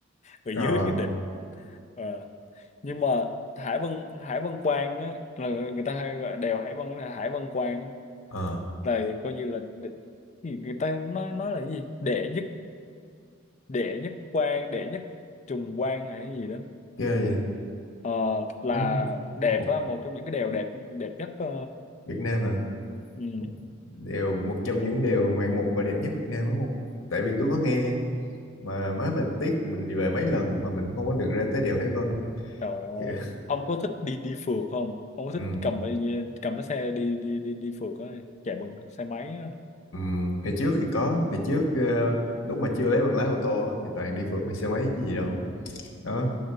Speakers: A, on the left; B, on the left.
A: ở
B: Ờ,
A: dưới cái đỉnh Ờ. nhưng mà Hải Vân Hải Vân Quan á là người ta hay gọi đèo Hải Vân là Hải Vân Quan á
B: Ờ,
A: là coi như là đ- thì người ta nói nói là cái gì đệ nhất đệ nhất quan đệ nhất trùng quan hay cái gì đó
B: ghê vậy.
A: Ờ, là
B: Đúng
A: đẹp
B: một
A: á một trong những cái đèo đẹp đẹp nhất ờ,
B: Việt Nam hả?
A: ừ,
B: Một- Đều một trong những điều ngoạn mục và đẹp nhất Việt Nam đúng không? Tại vì tôi có nghe mà má mình tiếc mình đi về mấy lần mà mình không có được ra tới đèo Hải Vân.
A: trời
B: Kìa.
A: ơi ông có thích đi đi phượt không ông có thích
B: Ừ.
A: cầm cái- cầm cái xe đi đi đi đi phượt á chạy bằng xe máy á
B: Ừ. Hồi trước thì có, hồi trước ờ,
A: ừ,
B: lúc mà chưa lấy bằng lái ô tô thì toàn đi phượt bằng xe máy chứ gì đâu. Đó.
A: ừ,